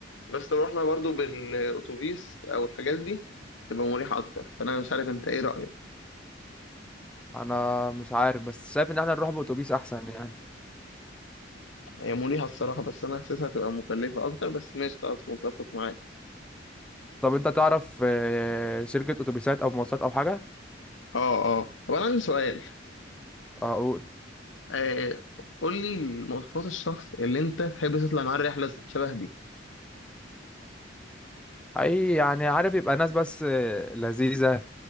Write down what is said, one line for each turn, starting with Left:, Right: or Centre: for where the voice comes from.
Left: بس لو رحنا برضو بالاتوبيس او الحاجات دي تبقى مريحه اكتر فانا مش عارف انت ايه رايك
Centre: انا مش عارف بس شايف ان احنا نروح بأتوبيس احسن يعني
Left: هي مريحه الصراحه بس انا حاسسها هتبقى مكلفه اكتر بس ماشي خلاص متفق معاك
Centre: طب انت تعرف آه، شركة اتوبيسات او مواصلات او حاجة
Left: اه اه طب انا عندي سؤال
Centre: اقول
Left: آه، قول لي مواصفات الشخص اللي انت تحب تطلع معاه الرحله شبه دي
Centre: اي يعني عارف يبقى ناس بس آه، لذيذة